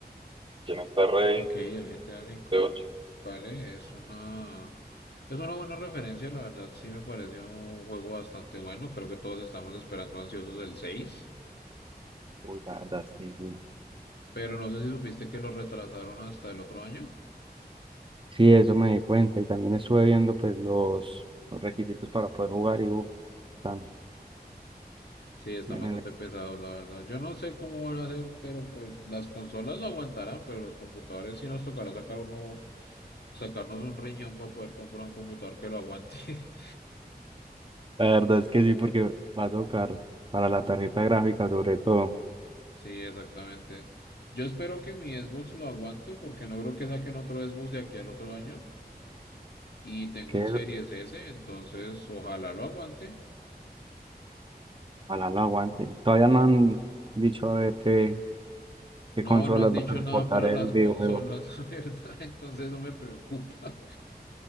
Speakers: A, on the right; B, on the left.
A: ¿Quién está rey
B: Ok, el GTA V,
A: de ocho?
B: vale, es una es una buena referencia, la verdad sí me parece un juego bastante bueno, creo que todos estamos esperando ansiosos el seis
A: Uy, la verdad, sí, sí.
B: pero no sé si supiste que lo retrasaron hasta el otro año.
A: Sí, eso me di cuenta y también estuve viendo pues los, los requisitos para poder jugar y uff, están
B: Sí, están
A: bien
B: bastante
A: ele-
B: pesados, la verdad. Yo no sé cómo van a hacer, pero pues las consolas lo aguantarán, pero los computadores sí nos tocará sacar uno, sacarnos un riñón para poder comprar un computador que lo aguante. <laughs>
A: La verdad es que sí, porque va a tocar para la tarjeta gráfica sobre todo,
B: Sí, exactamente. Yo espero que mi Xbox lo aguante porque no creo que saquen otro Xbox de aquí al otro año y tengo
A: que
B: un Series S, entonces ojalá lo aguante.
A: ojalá lo aguante. Todavía
B: Sí.
A: no han dicho a ver qué, qué
B: No,
A: consolas
B: no han dicho
A: van a
B: nada
A: soportar
B: para
A: el
B: las
A: videojuego.
B: consolas, <laughs> la verdad, entonces eso me preocupa.